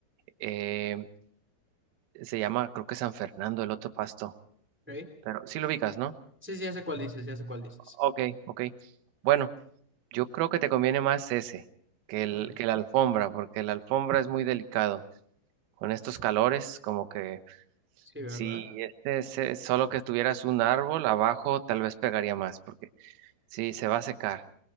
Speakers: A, on the right (about 85°); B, in the centre.
A: Eh, se llama, creo que San Fernando, el otro pasto,
B: ok.
A: pero sí lo ubicas, ¿no?
B: Sí, sí, ya sé cuál dices, ya sé cuál dices.
A: Ok, ok. Bueno, yo creo que te conviene más ese que el,
B: Mm,
A: que la alfombra, porque la alfombra es muy delicado. Con estos calores, como que
B: Sí, ¿verdad?
A: si este es, eh, solo que tuvieras un árbol abajo, tal vez pegaría más, porque sí, se va a secar.